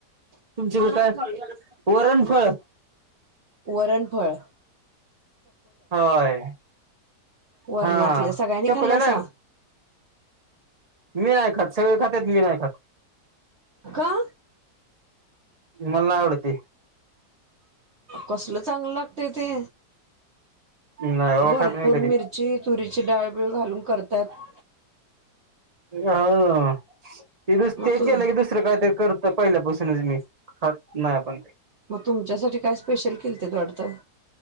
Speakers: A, on the right; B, on the right.
A: तुमचे कड काय वरणफुळ.
B: वरणफळ.
A: होय.
B: वरणातली
A: हा
B: सगळ्यांनी
A: चकुल्या
B: खाल्लं
A: नाही
B: सा.
A: मी नाही खात सगळी खातेत मी नाही खात.
B: का?
A: मला नाही आवड ती.
B: कसलं चांगलं लागतंय ते.
A: नाही बाबा
B: भरपूर
A: खात मी कधी
B: मिरची तुरीची डाळबीळ घालून करतायेत.
A: हं ते दुस ते
B: तू
A: केलं की दुसरं काय तर कर पहिल्या पासूनच मी खात नाही आपण.
B: मग तुमच्यासाठी काय स्पेशल केलतेत वाटत.